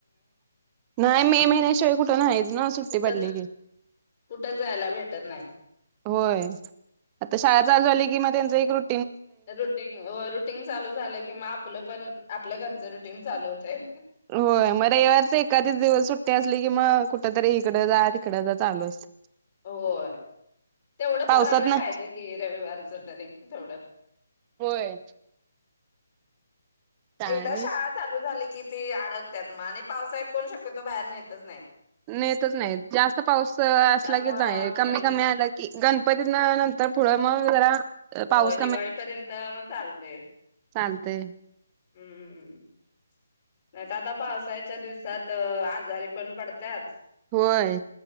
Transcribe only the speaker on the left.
कुठं
कुठं जायला भेटत नाही.
रुटींग हो रुटींग चालू झालं कि आपलं पण आपल्या घरचं रुटीन चालू होतंय
होय. तेवढं
पोरांना
पाहिजे कि रविवारच तरी थोडं
एकदा
शाळा चालू झाली- किती अडकत्यात मग आणि पावसाळ्यात कोण शक्यतो बाहेर नेतच नाहीत.
त्यामुळं
घरीच
हो
दिवाळीपर्यंत चालतय
हम्म, नाही तर आता पावसाळ्याच्या दिवसा त्यात आजारी पण पडत्यात.